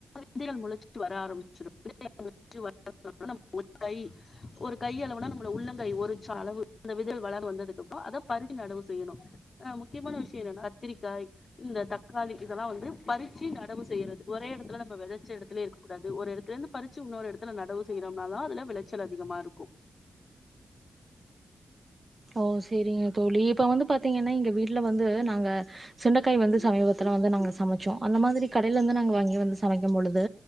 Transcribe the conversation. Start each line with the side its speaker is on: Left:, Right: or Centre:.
Left: விதைகள் முளச்சிட்டு வர ஆரம்பிச்சிரு விதைகள் முளச்சு <unintelligible> நம்ம ஒரு கை ஒரு கை அளவுனா நம்மள உள்ளங்கை ஒரிச்சா அளவு அந்த விதைகள் வளர வந்ததுக்கு அப்பறோ அத பரிவு நடவு செய்யணு ஆ முக்கியமான விஷய என்னன்னா கத்திரிக்காய் இந்த தக்காளி இதெல்லா வந்து பறிச்சி நடவு செய்றது ஒரே எடத்துல நம்ம விதைச்ச எடத்துலே இருக்கக்கூடாது ஒரு எடத்துல இருந்து பறிச்சி இன்னொரு எடத்துல நடவு செய்யறோம்னாதா அதுல விளைச்சல் அதிகமா இருக்கு
Right: ஓ சேரிங்க தோழி இப்போ வந்து பாத்தீங்கன்னா எங்க வீட்ல வந்து நாங்க சுண்டக்காய் வந்து சமீபத்துல வந்து நாங்க சமைச்சோ அந்த மாதிரி கடேல இருந்து நாங்க வாங்கி வந்து சமைக்கு பொழுது